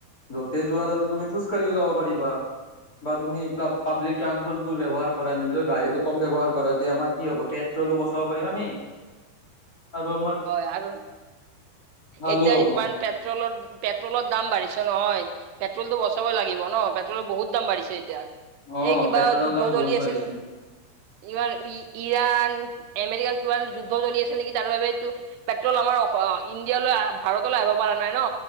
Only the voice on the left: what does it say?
যতেই যোৱা তাতো তুমি খোজকাঢ়িও যাব পাৰিবা। বা তুমি প্লা - পাব্লিক ট্ৰানচপৰ্ট বোৰ ব্যৱহাৰ কৰা। নিজৰ গাড়ীটো কম ব্যৱহাৰ কৰা তে আমাৰ কি হব। <unintelligible> <unintelligible> বচাব পাৰিম আমি। আৰু আমাৰ
ভালো
হ'ব
অ
পেট্ৰলৰ
দাম বহুত
বাঢ়িছে